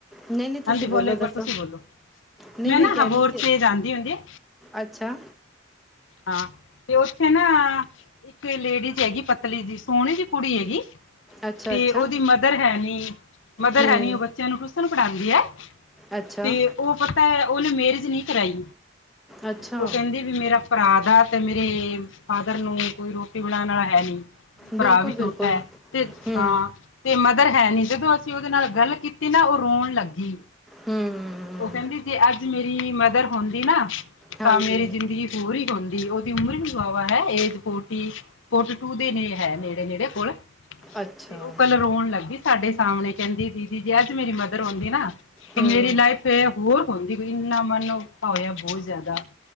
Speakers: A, in the centre; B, on the left (about 80°).
A: ਨਹੀਂ ਨਹੀਂ ਤੁਸੀਂ
B: ਹਾਂਜੀ ਬੋਲੋ ਇੱਕ
A: ਦੱਸੋ
B: ਵਾਰ ਤੁਸੀਂ ਬੋਲੋ
A: ਨਹੀਂ
B: ਮੈਂ ਨਾ
A: ਕਹਿ
B: ਹਬੋਰ
A: ਰਹੀ ਸੀ
B: ਤੇ ਜਾਂਦੀ ਹੁੰਦੀ ਆ
A: ਅੱਛਾ
B: ਹਾਂ ਤੇ ਉੱਥੇ ਨਾ ਇੱਕ ਲੇਡੀਜ਼ ਹੈਗੀ ਪਤਲੀ ਜੀ ਸੋਹਣੀ ਜਿ ਕੁੜੀ ਹੈਗੀ
A: ਅੱਛਾ
B: ਤੇ
A: ਅੱਛਾ
B: ਉਹਦੀ ਮਦਰ ਹੈ ਨੀ ਮਦਰ
A: ਹੂੰ
B: ਹੈ ਨੀ ਉਹ ਬੱਚਿਆਂ ਨੂੰ ਟੂਸਸ਼ਨ ਪੜ੍ਹਾਉਂਦੀ ਹੈ
A: ਅੱਛਾ
B: ਤੇ ਉਹ ਪਤਾ ਹੈ ਉਹਨੇ ਮੈਰਿਜ ਨਹੀਂ ਕਰਾਈ
A: ਅੱਛਾ
B: ਉਹ ਕਹਿੰਦੀ ਵੀ ਮੇਰਾ ਭਰਾ ਦਾ ਤੇ ਮੇਰੇ ਫਾਦਰ ਨੂੰ ਕੋਈ ਰੋਟੀ ਬਣਾਉਣ ਵਾਲਾ ਹੈ ਨੀ ਭਰਾ
A: ਬਿਲਕੁਲ
B: ਵੀ ਛੋਟਾ
A: ਬਿਲਕੁਲ
B: ਐ ਤੇ
A: ਹੂੰ
B: ਹਾਂ ਤੇ ਮਦਰ ਹੈਨੀ ਜਦੋਂ ਅਸੀਂ ਓਦੇ ਨਾਲ ਗੱਲ ਕੀਤੀ ਨਾ ਓ ਰੋਨ ਲਾਗੀ।
A: ਹੂੰ
B: ਓ ਕੈਂਦੀ ਜੇ ਅੱਜ ਮੇਰੀ ਮਦਰ ਹੁੰਦੀ ਨਾ
A: ਹਾਂਜੀ
B: ਤਾਂ ਮੇਰੀ ਜ਼ਿੰਦਗੀ ਪੂਰੀ ਹੁੰਦੀ ਓਦੀ ਉਮਰ ਵੀ ਵਾਵਾ ਐ ਏਜ ਫੋਟੀ ਫੋਟੀ ਟੂ ਦੇ ਨੇ ਹੈ ਨੇੜੇ-ਨੇੜੇ ਕੋਲ
A: ਅੱਛਾ
B: ਤੇ ਓ ਕੱਲ ਰੋਨ ਲਾਗੀ। ਸਾਡੇ ਸਾਮਨੇ ਕੈਂਦੀ ਦੀਦੀ ਜੇ ਅੱਜ ਮੇਰੀ ਮਦਰ ਹੁੰਦੀ ਨਾ ਤੇ
A: ਹੂੰ
B: ਮੇਰੀ ਲਾਈਫ ਏ ਹੋਰ ਹੁੰਦੀ ਕੋਈ ਇੰਨਾ ਮਨ ਔਖਾ ਹੋਏਆ ਬਹੁ ਜ਼ਿਆਦਾ